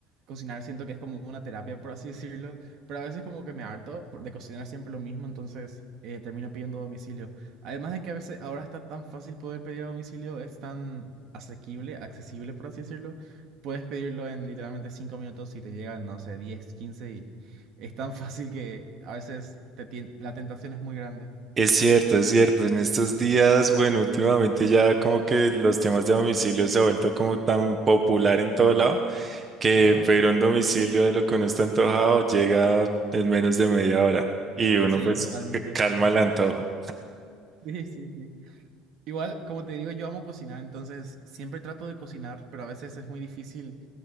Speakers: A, on the right (about 55°); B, on the right (about 25°).
A: cocinar, siento que es como una terapia, por así <laughs> decirlo, pero a veces como que me harto por- de cocinar siempre lo mismo, entonces eh, termino pidiendo a domicilio. Además de que a veces ahora está tan fácil poder pedir a domicilio, es tan asequible, accesible, por así decirlo, puedes pedirlo en literalmente 5 minutos y te llegan, no sé, 10 15 y es tan fácil que a veces te tien- la tentación es muy grande.
B: Es cierto, es cierto. En estos días, bueno, últimamente ya como que los temas de domicilio se ha vuelto como tan popular en todo lado que
A: Ajá.
B: pedir un domicilio de lo que uno está antojado llega en menos de media hora y uno
A: Sí,
B: pues
A: totalmente.
B: c- calma
A: <laughs>
B: el antojo.
A: Sí, sí, sí. Igual, como te digo, yo amo cocinar, entonces siempre trato de cocinar, pero a veces es muy difícil